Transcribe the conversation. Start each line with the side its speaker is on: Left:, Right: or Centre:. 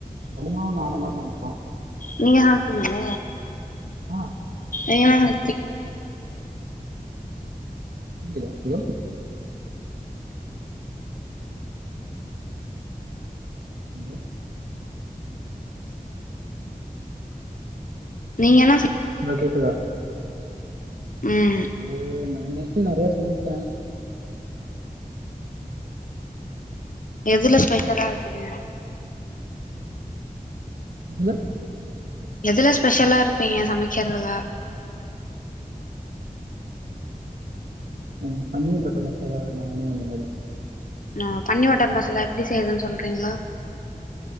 Right: பதுமாவு நானுந்தா சமைப்போம்
Left: நீங்க சமப்பீங்கள
Right: ஆ
Left: எங்கவேன <inaudible>
Right: ஹுலோ ஹலோ ஹலோ
Left: நீ என்ன
Right: அ கேக்குதா
Left: ம்
Right: உம் நா மெசு நெறைய சமைப்பே
Left: எதுல ஸ்பெஷலா இருக்கீங்க
Right: இதுல
Left: எதுலா ஸ்பெஷல்லா இருப்பீங்க சமைக்கிறதுல
Right: உம் பன்னீர் பட்டர் மசாலா நானு அந்த மாறி
Left: ஆ பன்னி மட்டர் மசாலா எப்டி செய்யுதுன்னு சொல்றீங்களா